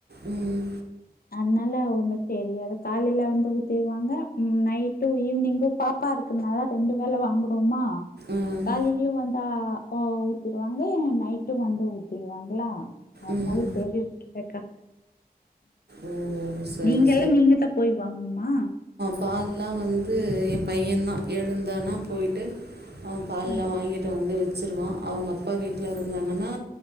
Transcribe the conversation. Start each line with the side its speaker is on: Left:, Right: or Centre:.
Right: ம்
Left: அதனால ஒன்னு தெரியாது காலையில வந்து ஊத்திருவாங்க நைட்டு ஈவினிங்கு பாப்பா இரு கனால ரெண்டு வேள வாங்குறோமா
Right: ம்
Left: காலையிலையும் வந்தா ஊத்திருவாங்க நைட்டு வந்து ஊத்திருவாங்களா அதனால
Right: ம்
Left: சேரின் விட்டுட்டேங்கா
Right: ஓ சரி
Left: நீங்கலா நீங்க தா போய் வாங்கணுமா
Right: பால்லா வந்து எ பையன் தா எழுந்தானா போய்ட்டு அவ பால்லா
Left: ஆ
Right: வாங்கிட்டு வந்து வச்சிருவா அவுங்க அப்பா வீட்ல இருந்தாங்கன்னா